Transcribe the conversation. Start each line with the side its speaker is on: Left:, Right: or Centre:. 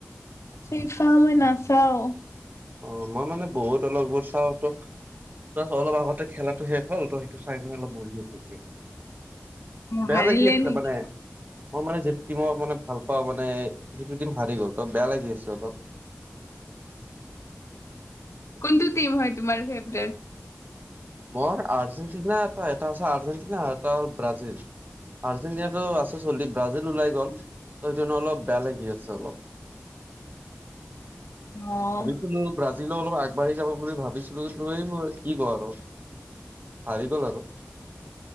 Left: ফিফা মই নাচাওঁ
Right: অ মই মানে বহুত অলপবোৰ চাওঁতো ত অলপ আগতে খেলাটো শেষ হ'ল ত সটো চাই অলপ বহি আছোঁ এতিয়া।
Left: অ
Right: বেয়া
Left: হাৰিলে
Right: লাগি আছে
Left: নেকি?
Right: মানে মই মানে যিটো টিমৰ মানে ভাল পাও মানে সেইটো টিম হাৰি গ'ল ত বেয়া লাগি আছে অলপ
Left: কোনটো টিম হয় তোমাৰ ফেভৰেট
Right: মই আৰ্জেণ্টিনা এটা এটা আছে আৰ্জেণ্টিনা আৰু এটা হ'ল ব্ৰাজিল আৰ্জেণ্টিনাটো আছে চলি ব্ৰাজিল ওলাই গ'ল ত <unintelligible> অলপ বেয়া লাগি আছে অলপ
Left: অ'
Right: ভাবিছিলো ব্ৰাজিল লৈ অলপ আগবাঢ়ি যাব বুলি ভাবিছিলো কিন্তু এইবোৰ কি কয় আৰু হাৰি গ'ল আৰু